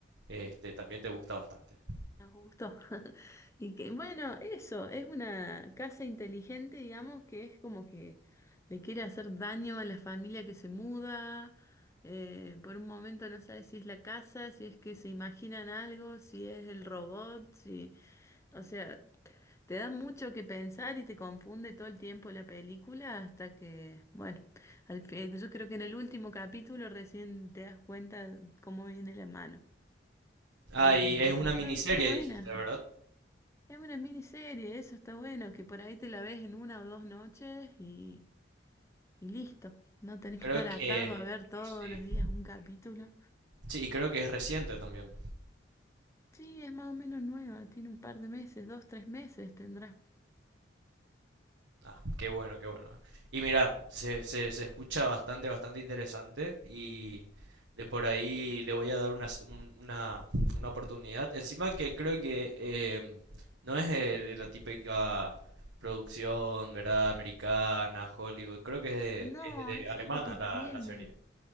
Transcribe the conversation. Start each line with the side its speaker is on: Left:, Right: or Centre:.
Right: este, también te gusta bastante.
Left: Nos gustó. <laughs> Y que, bueno, eso, es una casa inteligente, digamos, que es como que le quiere hacer daño a la familia que se muda. eh, por un momento no sabe si es la casa, si es que se imaginan algo, si es el robot, si, o sea, Te da mucho que pensar y te confunde todo el tiempo la película hasta que, bueno, al fin, yo creo que en el último capítulo recién te das cuenta cómo viene la mano.
Right: Ah,
Left: Eh,
Right: y es una
Left: pero está,
Right: miniserie,
Left: está buena.
Right: dijiste, ¿verdad?
Left: Es una miniserie, eso está bueno, que por ahí te la ves en una o dos noches y, y listo. No tenés
Right: Creo
Left: que estar atado
Right: que
Left: a ver todos
Right: sí.
Left: los días un capítulo.
Right: Sí, y creo que es reciente también.
Left: Sí, es más o menos nueva, tiene un par de meses, dos, tres meses tendrá.
Right: Ah, qué bueno, qué bueno. Y mira, se, se, se escucha bastante, bastante interesante y de por ahí le voy a dar una, s- un- una, una oportunidad. Encima que creo que em, no es eh, la típica producción, ¿verdad? Americana, Hollywood, creo que
Left: No,
Right: es de, es de
Left: eso
Right: alemana
Left: es lo que
Right: la,
Left: tiene.
Right: la serie.